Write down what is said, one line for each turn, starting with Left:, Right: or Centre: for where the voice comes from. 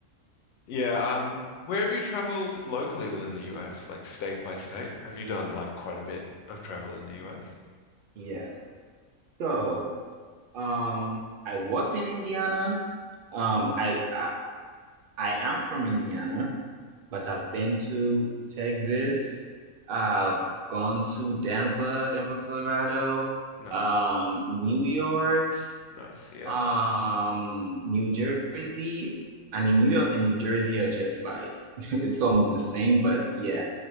Left: Yeah, um, where have you traveled locally within the US, like state by state? Have you done like quite a bit of travel in the US?
Right: Yes. So, um, I was in Indiana. Um, I, I I am from Indiana, but I've been to Texas. I've gone to Denver, Denver, Colorado,
Left: Nice,
Right: um, New York,
Left: nice, yeah.
Right: um, New Jersey. I mean, New York and New Jersey are just like <laughs> it's almost the same, but yeah.